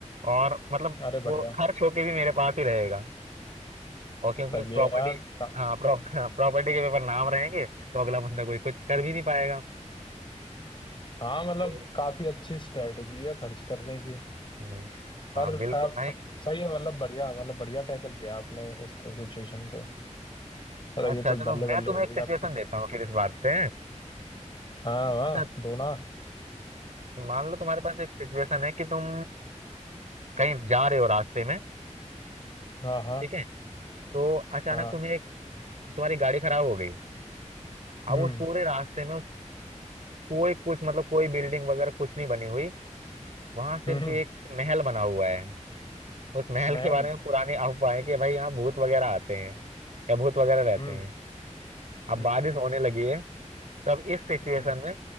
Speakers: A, on the right; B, on the left.
A: और मतलब
B: अरे बढ़िया
A: वो खर्च होके भी मेरे पास ही रहेगा और क्योंकि
B: सही है
A: प्रॉपर्टी
B: यार का,
A: हाँ प्रॉ, प्रॉपर्टी के पेपर नाम रहेंगे तो अगला बंदा कोई कुछ कर
B: हम्म,
A: भी नहीं पाएगा
B: हाँ मतलब
A: तो
B: काफी अच्छी स्ट्रेटजी है खर्च करने की
A: हम्म,
B: पर
A: हाँ बिल्कुल
B: आप
A: भाई
B: आप- सही है मतलब बढ़िया मतलब बढ़िया टैकल किया आपने इसको सिचुएशन को मतलब
A: अच्छा
B: ये तो
A: चलो
B: बल्ले
A: मैं
B: बल्ले
A: तुम्हें
B: हो गई
A: एक सिचुएशन
B: आपकी फिर
A: देता हूँ फिर इस बात पे
B: हाँ वाह
A: अच्छा
B: दोना
A: मान लो तुम्हारे पास एक सिचुएशन है कि तुम कहीं जा रहे हो रास्ते में
B: हाँ हाँ
A: ठीक है तो अचानक
B: हाँ
A: तुम्हें एक तुम्हारी गाड़ी खराब हो गई अब
B: हम्म
A: उस पूरे रास्ते में उस- कोई कुछ मतलब कोई बिल्डिंग वगैरह कुछ नहीं बनी हुई वहां सिर्फ
B: हम्म हम्म,
A: एक महल बना हुआ है उस महल
B: महल
A: के बारे में पुरानी अफवाह है कि भाई यहाँ भूत वगैरह आते हैं या भूत वगैरह रहते
B: हम्म
A: हैं अब
B: हम्म
A: बारिश होने लगी है तब इस सिचुएशन
B: हम्म
A: में